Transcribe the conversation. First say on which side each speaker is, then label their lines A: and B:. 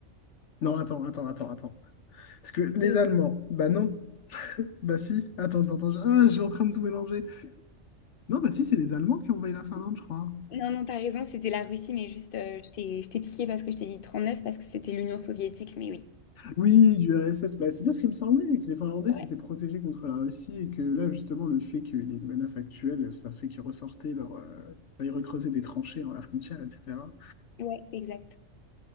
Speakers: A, on the left; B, on the left.
A: Non, attends, attends, attends, attends. Parce que les
B: je-
A: Allemands, bah non. Bah si, attends, attends, attends, je- ah, je suis en train de tout mélanger. Non, bah si, c'est les Allemands qui ont envahi la Finlande, je crois.
B: non, non, t'as raison, c'était la Russie, mais juste euh, je t'ai, je t'ai piqué parce que je t'ai dit 39 parce que c'était l'Union soviétique, mais oui.
A: Oui, du RSS, bah, c'est bien ce qui me semblait, que les Finlandais
B: Ouais,
A: s'étaient protégés contre la Russie et que là, justement, le fait qu'il y ait une menace actuelle, ça fait qu'ils ressortaient leur... euh, bah, ils recreusaient des tranchées dans la frontière, etc.
B: ouais, exact.